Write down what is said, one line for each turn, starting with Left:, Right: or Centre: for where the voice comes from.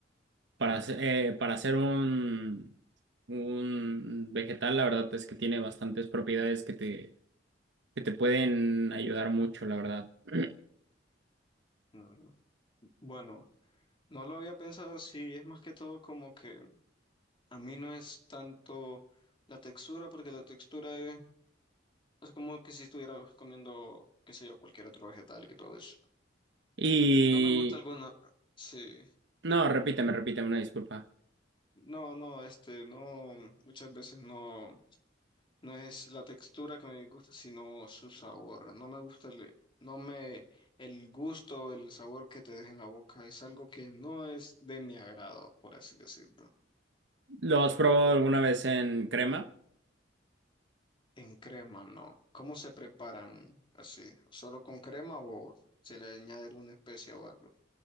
Right: Para hacer, eh, para hacer un, un vegetal, la verdad es que tiene bastantes propiedades que te, que te pueden ayudar mucho, la verdad. <clears throat>
Left: Mm, Bueno, no lo había pensado, sí, es más que todo como que a mí no es tanto la textura, porque la textura es, es como que si estuviera comiendo, qué sé yo, cualquier otro vegetal y todo eso.
Right: Y
Left: No me gusta alguna, sí,
Right: no, repíteme, repíteme, una disculpa.
Left: no, no, este, no, muchas veces no. No es la textura que me gusta, sino su sabor. No me gusta el, no me, el gusto, el sabor que te deja en la boca. Es algo que no es de mi agrado, por así decirlo.
Right: ¿Lo has probado alguna vez en crema?
Left: En crema, no. ¿Cómo se preparan así? ¿Solo con crema o se le añade una especia o algo?